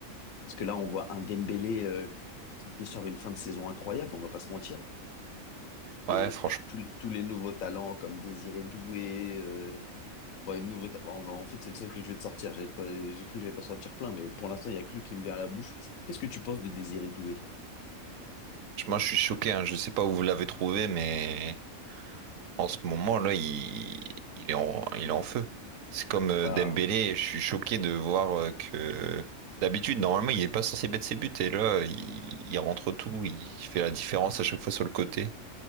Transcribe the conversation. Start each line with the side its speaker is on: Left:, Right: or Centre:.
Left: Parce que là, on voit un Dembélé euh, qui sort une fin de saison incroyable, on va pas se mentir.
Right: Ouais,
Left: Et
Right: franchement,
Left: tout- tout les- tous les nouveaux talents comme Désiré Doué, euh, bon, et nouveau ta- bon, on va- en fait, c'est le seul que je vais te sortir. J'ai pas- j'ai cru que j'allais t'en sortir plein, mais pour l'instant, il y a que lui qui me vient à la bouche. Qu'est-ce que tu penses de Désiré Doué, toi?
Right: moi je suis choqué. Hein. Je sais pas où vous l'avez trouvé, mais En ce moment-là, il, il est en, il est en feu. C'est comme euh,
Left: Bah,
Right: Dembélé, je suis choqué de voir euh, que d'habitude, normalement, il n'est pas censé mettre ses buts et là, il, il rentre tout, il fait la différence à chaque fois sur le côté.